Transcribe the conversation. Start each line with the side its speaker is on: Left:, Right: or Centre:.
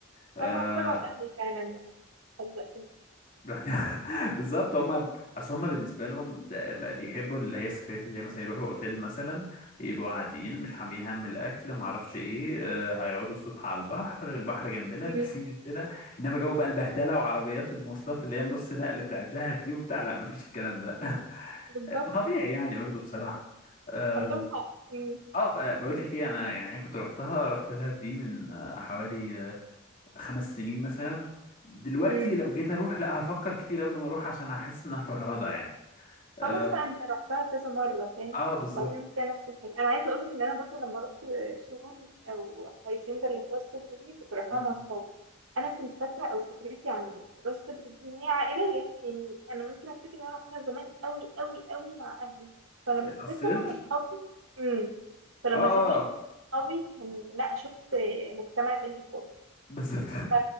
Left: أه...
Right: أنا رحت مع أهلي فعلا حزقتني
Left: رحت <laughs> بالظبط هما اصل هما بالنسبه لهم ده ما بيحبوا اللي هي السفريات اللي هي مثلا يروحوا اوتيل مثلا يبقوا قاعدين مش حاملين هم الاكل ما اعرفش ايه آه، هيقعدوا الصبح على البحر البحر جنبنا
Right: مم.
Left: البسين جنبنا انما جو بقى البهدله وعربيات المواصلات اللي هي النص نقل بتاع الدهب دي وبتاع لا ما فيش الكلام ده <laughs>
Right: بالظبط
Left: طبيعي يعني برضه بصراحه اه
Right: عندهم حق مم.
Left: آه، بقى- بقول لك ايه انا يعني كنت رحتها رحت دهب دي من آه، حوالي خمس سنين مثلا دلوقتي
Right: مم.
Left: لو جيت اروح لا هفكر كتير قبل ما اروح عشان هحس انها فرهضه يعني اه,
Right: خلاص بقى انت رحتها كذا مرة فاهم
Left: آه بالظبط
Right: وهتعمل فيها نفس الحاجة انا عايزة اقولك ان انا برضو لما رحت شغل او هيسنجر اللي في راس صدر دي كنت رايحاها
Left: م- م.
Right: مع صحابي انا كنت فاكرة او فكرتي عن راس صدر دي ان هي عائلية يعني انا ممكن افتكر ان انا رحتها زمان قوي قوي قوي مع اهلي فلما سافرت
Left: الصدر
Right: انا وصحابي امم فلما
Left: اه اه
Right: سافرت صحابي كان لا شفت مجتمع تاني خالص
Left: بالظبط <laughs>
Right: ف-